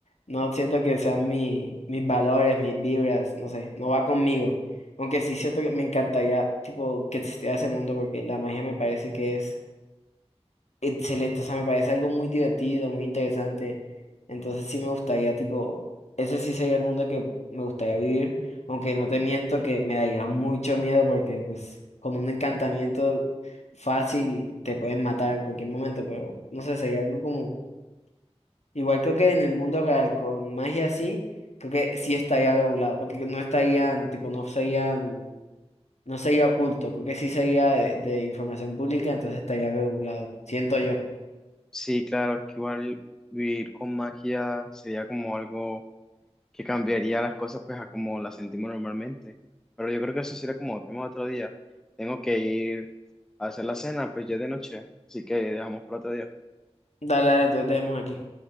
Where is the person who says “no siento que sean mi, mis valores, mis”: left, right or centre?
Left